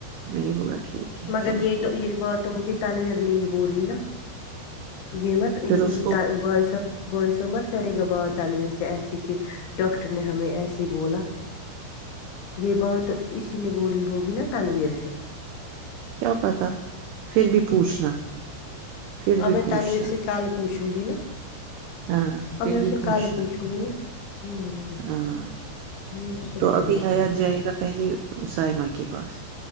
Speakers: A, on the right; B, on the left.
A: میں نے بولا ٹھیک <unintelligible>
B: مگر
A: چلو
B: یہ
A: ٹھیک
B: تو یہ
A: ہے
B: بات تو مجھے تنویر نے ہی بولی نا یہ مت
A: پھر اس کو
B: بس بوسو مت کرے گا ب تنویر سے ایسے کہ ڈاکٹر نے ہمیں ایسے بولا یہ بات اسی نے بولی ہوگی نا تنویر سے
A: کیا پتا پھر بھی پوچھنا پھر بھی
B: ا میں
A: پوچھنا
B: تانویر سے کال پوچھوں گی نا
A: ہاں
B: ا
A: پھر
B: میں
A: بھی
B: اس سے
A: پوچھنا
B: کال پوچھوں گی نا ہوں
A: ہاں
B: میں اس سے
A: تو
B: کل
A: ابھی حیات
B: پوچھوں
A: جائے
B: گی
A: گا پہلے سائے م کے پاس